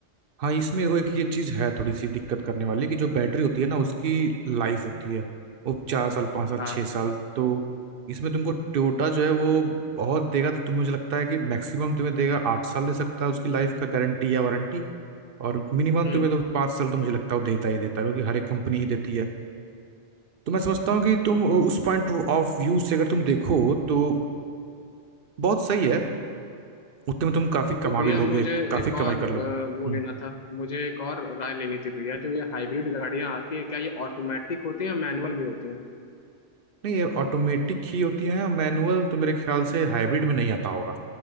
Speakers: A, on the right; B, on the left.
A: हाँ इसमें वो एक ये चीज है थोड़ी सी दिक्कत करने वाली कि जो बैटरी होती है ना उसकी लाइफ होती है वो चार साल पाँच साल
B: हाँ
A: छः साल तो इसमें तुमको टोयोटा जो है वो बहुत देगा तो तुम्हें मुझे लगता है कि मैक्सिमम तुम्हें देगा आठ साल दे सकता है उसकी लाइफ का गारंटी या वारंटी और मिनिमम
B: हम्म
A: तुम्हें तो पाँच साल तो मुझे लगता है वो देता ही देता है क्योंकि हर एक कंपनी ही देती है तो मैं समझता हूँ कि तुम उस पॉइंट ऑफ व्यू से अगर तुम देखो तो बहुत सही है उतने में तुम काफी कमा
B: तो भैया
A: भी लोगे
B: मुझे
A: काफी
B: एक और
A: कमाई कर
B: अ,
A: लोगे
B: वो
A: हम्म।
B: लेना था मुझे एक और राय लेनी थी भैया जो ये हाइब्रिड गाड़ियां आती हैं क्या ये ऑटोमेटिक होती हैं या मैनुअल भी होती हैं
A: नहीं ये ऑटोमेटिक ही होती है मैनुअल तो मेरे ख्याल से हाइब्रिड में नहीं आता होगा